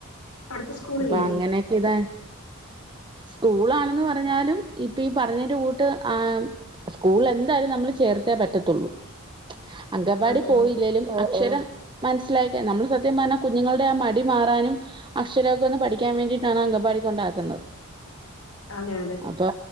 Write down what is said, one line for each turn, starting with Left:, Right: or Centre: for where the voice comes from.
Left: അടുത്ത സ്കൂളില്ലേ
Right: അപ്പൊ അങ്ങനെയൊക്കെ ഇതാ
Left: <inaudible>
Right: സ്കൂളാണെന്ന് പറഞ്ഞാലും ഇപ്പൊ ഈ പറഞ്ഞെന്റെ കൂട്ട് ആ സ്കൂൾല് എന്തായാലും നമ്മള് ചേർത്തേ പറ്റത്തൊള്ളൂ.
Left: <inaudible>
Right: അങ്കംവാടി പോയില്ലെലും
Left: ആഹ്
Right: അക്ഷരം മൻസ്സിലാകെ നമ്മള് സത്യം പർഞ്ഞാ കുഞ്ഞുങ്ങൾടെ ആ മടി മാറാനും അക്ഷരോക്ക ഒന്ന് പഠിക്കാൻ വേണ്ടിട്ടാണ് അങ്കംവാടി കൊണ്ടാക്കുന്നത്.
Left: അതെ, അതെ
Right: അപ്പൊ